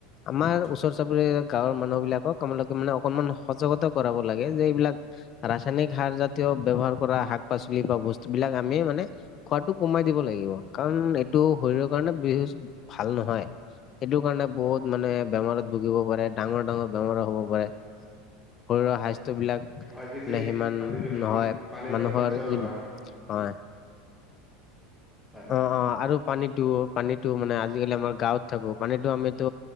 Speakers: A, on the left; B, in the centre.
A: আমাৰ ওচৰ চুবুৰীয়া গাঁৱৰ মানুহ বিলাকক তোমালোকে মানে অকনমান সজাগতা কৰাব লাগে যে এইবিলাক ৰাসায়নিক সাৰ জাতীয় ব্যৱহাৰ কৰা শাক পাচলি বা ব স্তুবিলাক আমি মানে খোৱাটো কমাই দিব লাগিব কাৰণ এইটো শৰীৰৰ কাৰণে বেহুচ ভাল নহয় সেইটো কাৰণে বহুত মানে বেমাৰত ভুগিব পাৰে ডাঙৰ ডাঙৰ বেমাৰো হ'ব পাৰে শৰীৰৰ স্বাস্থ্য বিলাক নে
B: আজিকালি
A: সিমান
B: আজিকালি
A: নহয়
B: পানীৰ
A: মানুহৰ
B: পৰা কেঞ্চাৰো
A: যি
B: হয়
A: হয়
B: হয়
A: অ অ আৰু পানীতো পানীতো মানে আজিকালি আমাৰ গাঁৱত থাকো পানীতো আমিতো